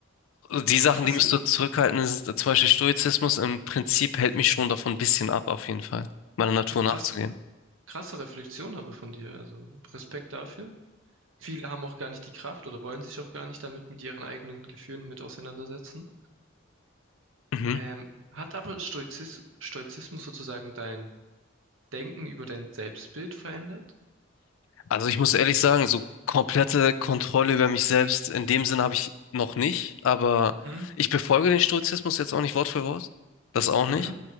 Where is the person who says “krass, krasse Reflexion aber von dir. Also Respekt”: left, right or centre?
Right